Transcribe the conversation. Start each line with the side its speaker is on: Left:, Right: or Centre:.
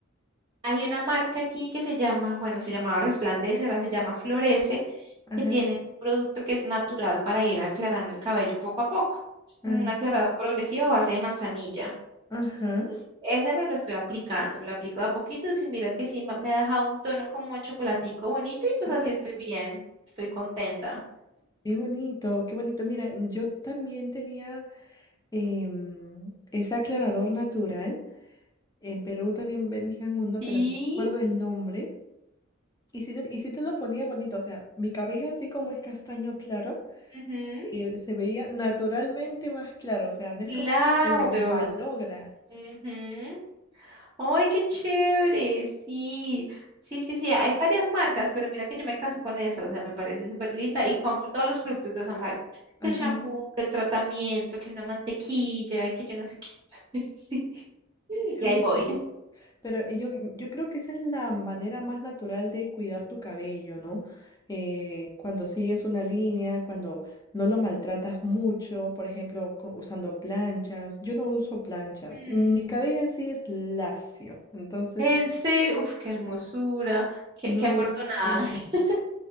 Right: hay una marca aquí que se llama, bueno, se llamaba Resplandece, ahora se llama Florece,
Left: ajá,
Right: que tienen un producto que es natural para ir aclarando el cabello poco a poco. Es como
Left: ajá,
Right: una aclarada progresiva a base de manzanilla.
Left: ajá,
Right: Entonces, ese me lo estoy aplicando, me lo aplico de a poquitos y mira que sí ma- me ha dejado un tono como de chocolatico bonito y pues
Left: ajá.
Right: así estoy bien, estoy contenta.
Left: Qué bonito, qué bonito. Mira, yo también tenía em, ese aclarador natural. En Perú también vendían uno,
Right: Sí,
Left: pero no recuerdo el nombre. Y si te, y sí te lo ponía bonito, o sea, mi cabello en sí como es castaño claro,
Right: ujú,
Left: se, se veía naturalmente más claro, o sea, no es
Right: claro.
Left: como que lo malogra.
Right: ujú. ¡Ay, qué chévere! Sí, sí, sí, sí. Hay varias marcas, pero mira que yo me casé con esa, o sea, me parece súper linda y compro todos los productos de esa marca.
Left: Ajá,
Right: Que el shampoo, que el tratamiento, que una mantequilla, que yo no sé qué. <laughs> Sí, y
Left: qué
Right: ahí
Left: bien.
Right: voy.
Left: Pero eh, yo, mm, yo creo que esa es la manera más natural de cuidar tu cabello, ¿no? Eh, cuando sigues una línea, cuando no lo maltratas mucho, por ejemplo, co- usando planchas. Yo no uso planchas.
Right: Mm,
Left: Mm, Mi cabello en sí es lacio, entonces
Right: en serio, uf, qué hermosura,
Left: Sí.
Right: qué,
Left: no
Right: qué afortunada.
Left: uso planchas.
Right: <laughs>
Left: <laughs>